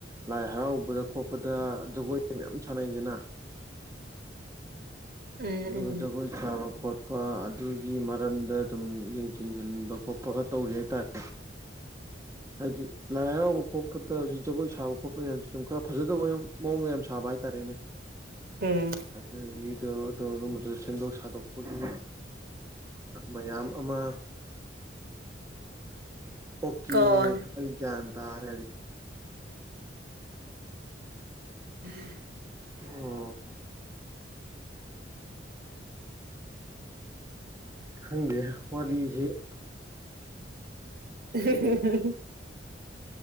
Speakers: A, on the right; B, on the right.
A: ꯂꯥꯏ ꯍꯔꯥꯎꯕꯗ ꯈꯣꯠꯄꯗ ꯖꯒꯣꯏ ꯃꯌꯥꯝ ꯁꯥꯟꯅꯩꯗꯅ
B: ꯎꯝ
A: ꯂꯗꯒ
B: ꯎꯝ
A: ꯏ ꯆꯕ ꯈꯣꯠꯄ ꯑꯗꯨꯒꯤ ꯃꯔꯝꯗ ꯑꯗꯨꯝ ꯌꯦꯡꯁꯤꯟꯟꯕ ꯈꯣꯠꯄꯒ ꯇꯧꯔꯤ ꯍꯥꯏꯇꯥꯔꯦ ꯍꯥꯏꯗꯤ ꯂꯥꯏ ꯍꯔꯥꯎꯕ ꯈꯣꯠꯄꯗ ꯍꯧꯖꯤꯛ ꯖꯒꯣꯏ ꯁꯥꯕ ꯈꯣꯠꯄ ꯃꯌꯥꯝꯁꯨ ꯑꯗꯨꯝ ꯈꯔ ꯐꯖꯗꯕ ꯃꯑꯣꯡꯗ ꯌꯥꯝ ꯁꯥꯕ ꯇꯔꯦꯅꯦ
B: ꯎꯝ
A: ꯑꯗꯨ ꯑꯗꯨ ꯑꯗꯨꯝꯕꯁꯨ ꯁꯦꯝꯗꯣꯛ ꯁꯥꯗꯣꯛꯄꯒꯤ ꯃꯌꯥꯝ ꯑꯃ ꯑꯣꯀꯦ
B: ꯀꯣꯟ
A: ꯑꯩ ꯀ ꯇꯔꯦ
B: ꯎꯝ
A: ꯎꯝ ꯈꯪꯗꯦ ꯋꯥꯔꯤꯁꯤꯦ
B: <inaudible>